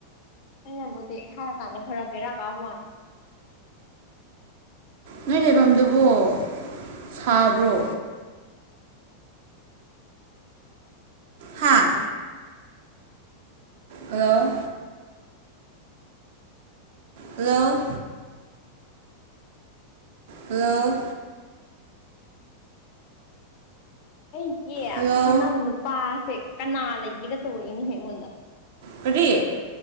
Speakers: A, on the left; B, on the right.
A: ꯑꯩꯅꯕꯨꯗꯤ ꯍꯥꯢꯔ ꯀꯥꯡꯅ ꯈꯔ ꯕꯦꯔ ꯀꯥꯕ ꯋꯥꯅꯤ
B: ꯅꯣꯏ ꯂꯩꯐꯝꯗꯨꯕ ꯁꯥꯕ꯭ꯔꯣ ꯍꯥꯥ ꯍꯜꯂꯣ ꯍꯜꯂꯣ ꯍꯜꯂꯣ
A: ꯑꯩꯒꯤ
B: ꯍꯜꯂꯣ
A: ꯈꯪꯅꯕ ꯅꯨꯄꯥꯁꯦ ꯀꯅꯥ ꯂꯩꯒꯦꯒ ꯇꯧꯔꯛ ꯏꯅꯦꯍꯦ ꯑꯩꯉꯣꯟꯗ
B: ꯀꯔꯤ